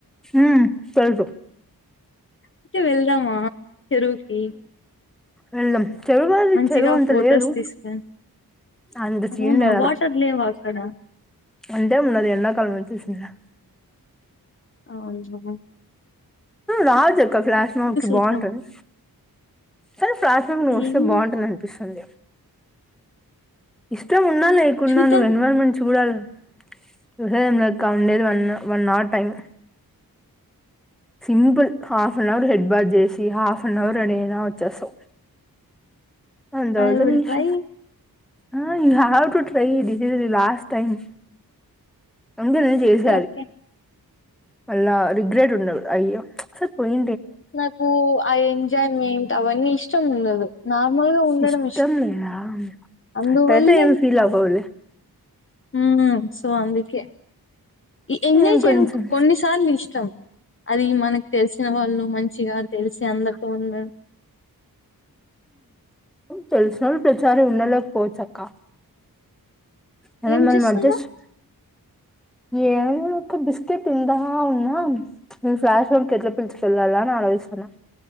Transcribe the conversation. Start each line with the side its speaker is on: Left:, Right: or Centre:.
Centre: ఉమ్ తెలుసు
Left: అంటే వెళ్దామా చెరువుకి
Centre: వెళ్దాం చెరువు అది
Left: మంచిగా
Centre: చెరువు అంత
Left: ఫొటోస్
Centre: లేదు
Left: తీసుకొని
Centre: అంత
Left: అవునా
Centre: సీన్ లేదు ఆడ
Left: వాటర్ లేవా అక్కడ
Centre: అంతేమీ ఉండదు ఎండాకాలం వచ్చేసింది కదా
Left: అవును
Centre: రాజక్క ఫ్లాష్ మాకి బాగుంటుంది
Left: వద్దాం
Centre: సరే ప్లాస్మాకు నువ్ వస్తే
Left: ఏమో
Centre: బాగుంటుంది అనిపిస్తుంది ఇష్టం ఉన్నా లేకున్నా
Left: చూద్దాం
Centre: నువ్వు ఎన్విరాన్మెంట్ చూడాలి వివసా కా ఉండేది one one hour time simple half an hour head wash చేసి హాఫ్ అన్ అవర్ అనేనా వచ్చేస్తాం అందవుదా
Left: ఐ విల్
Centre: నిష
Left: ట్రై
Centre: ఆ యయు హవ్ టు ట్రై ఇదిది లాస్ట్ టైమ్ అందుందు చేస
Left: ఓకే
Centre: మళ్ళా రిగ్రెట్ ఉండదు అయ్య సార్ పోయి
Left: నాకు ఆఐ ఎంజాయ్మెంట్ అవన్నీ ఇష్టం ఉండదు నార్మల్ గా ఉండడం
Centre: ఇష్టం లేద
Left: అందువల్ల
Centre: అట్లయితే ఇంకేం ఫీల్ అవ్వవులే
Left: హ సో అందుకే ఎంజాయ్
Centre: నేను
Left: చేయడం
Centre: కొంచెం
Left: కొన్నిసార్లు ఇష్టం అది మనకు తెలిసిన వాళ్ళు మంచిగా తెలిసి అందరితో ఉండ
Centre: తెలిసిన వాళ్ళు ప్రచారి ఉండలేకపోవచ్చ అక్క మనల్ని
Left: ఏం
Centre: మనం
Left: చేస్తున్నావ్
Centre: అడ్జస్ట్ ఏ ఒక బిస్కెట్ ఉంద ఉన్నాను ఫ్లాష్ ఫోర్డ్ ఎట్లా పిల్చుకు వెళ్ళాల ఆలోచిస్తాన్నా